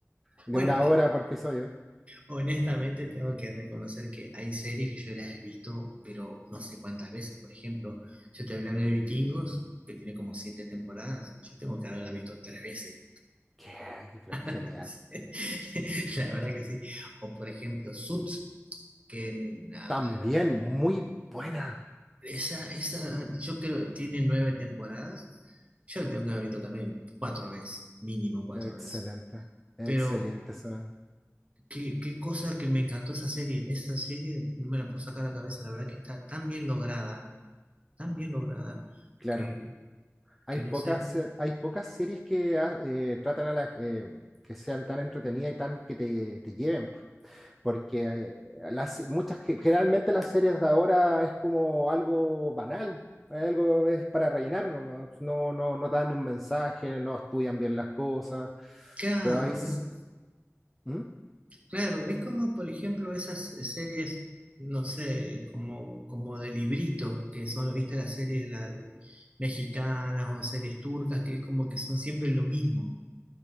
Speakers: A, in the centre; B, on the right.
A: de
B: Bueno,
A: una hora por episodio.
B: Honestamente, tengo que reconocer que hay series que yo las he visto, pero no sé cuántas veces. Por ejemplo, yo te hablé de Vikingos, que tiene como siete temporadas. Yo tengo que haberla visto tres veces.
A: Qué, qué pero
B: <laughs>
A: genial.
B: Sí, La verdad que sí. O por ejemplo, Suits, que en- a-
A: También
B: a-
A: muy buena.
B: esa, esa, yo creo que tiene nueve temporadas. Yo la tengo que haber visto también cuatro veces, mínimo cuatro
A: Excelente,
B: veces.
A: excelente.
B: Pero
A: esa-
B: Qué, qué cosa que me encantó esa serie. Esa serie no me la puedo sacar a la cabeza. La verdad que está tan bien lograda, tan bien lograda,
A: Claro,
B: que,
A: hay
B: que
A: pocas,
B: no sé.
A: se- hay pocas series que ah, eh, tratan a las eh, que sean tan entretenidas y tan que te, te lleven, porque eh, las, muchas, que- generalmente las series de ahora es como algo banal, algo es para rellenar nomás, no, no, no dan un mensaje, no estudian bien las cosas,
B: Claro,
A: pero hay... s-
B: es,
A: ¿Mm?
B: claro, es como, por ejemplo, esas series, no sé, como, como de librito, que son, viste, las series la de- mexicanas o series turcas, que es como que son siempre lo mismo.